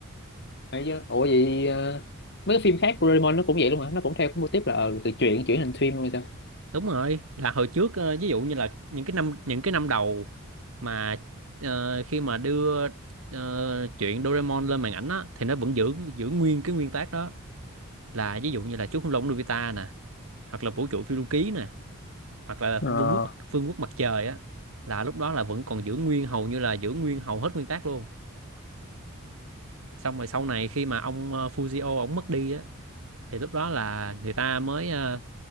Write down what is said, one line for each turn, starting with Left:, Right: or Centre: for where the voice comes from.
Left: Đấy chứ ủa vậy ờ, mấy cái phim khác của Doraemon nó cũng vậy luôn hả nó cũng theo cái mô típ là ờ, từ truyện chuyển thành phim luôn hay sao
Right: đúng rồi là hồi trước ờ, ví dụ như là những cái năm những cái năm đầu mà ờ, khi mà đưa ờ, chuyện Doraemon lên màn ảnh á thì nó vẫn giữ giữ nguyên cái nguyên tác đó là ví dụ như là chú khủng long Nobita nè hoặc là vũ trụ phiêu lưu ký nè hoặc là
Left: ờ
Right: vương quốc mặt phương quốc mặt trời á là lúc đó là vẫn còn giữ nguyên hầu như là giữ nguyên hầu hết nguyên tác luôn xong rồi sau này khi mà ông ờ, Fujio ông mất đi á thì lúc đó là người ta mới ờ,